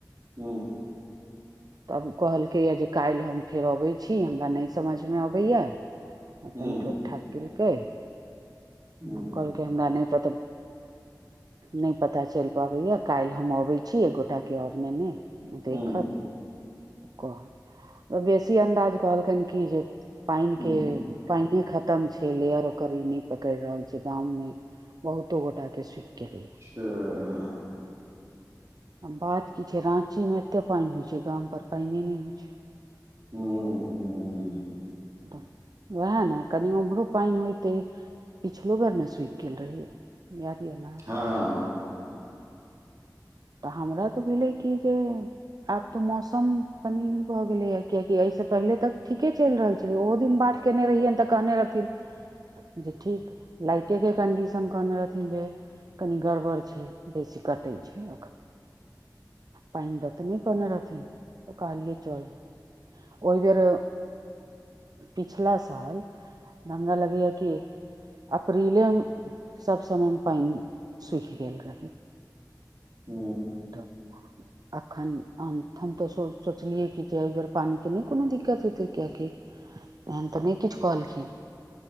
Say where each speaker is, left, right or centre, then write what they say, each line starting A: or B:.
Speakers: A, on the right; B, on the right.
A: हूँ
B: तब कहल कै जे काल्हि हम फेर अबै छी हमरा नै समझमे अबैए अपन
A: ह
B: ठोक ठाक केलकै
A: हूँ
B: कहलकै हमरा नै पता नै पता चल पाबैय काल्हि हम अबै छी एकगोटाके ओर नैने देखत
A: ह
B: कहत बेसी अन्दाज कहलखिन कि जे पानि
A: ह
B: के पानि खतम छै लेयर ओकर ई नहि पकड़ रहल छै गाँवमे बहुतो गोटा के सुख गेलेे य
A: तऽ <unintelligible>
B: आ बात की छै राँची मे एते पइन होइत छै गाम पर पइन नै होइ छै
A: ह ह ह
B: त वएह ने कनि उम्हरो पइन होयते पिछलो बेर ने सु सुखि गेल रहियए याद यऽ ने
A: हँ
B: तऽ हमरा तऽ भेलै कि जे आब तो मौसम पनी भऽ गेले या कियकि से पहले तक ठीके चल रहल छै लए ओहो दिन बात केयने रहियैनि तऽ कहने रहथिन जे ठीक लाइटे के कन्डीशन कहने रहथिन जे कनि गड़बड़ छै बेसी कटै छै पाइन द त नै कहने रहथिन तऽ कहलिए चल ओ बेर पिछला साल हमरा लगैए कि अप्रीलेमे सब समयमे पाइन सुखि गेल रहै
A: हू
B: तऽ अखन हम तऽ सोचलियै कि जे एहि बेर पनिके नहि कोनो दिक्कत होेतै कियकि एन तऽ नै किछ कहलखिन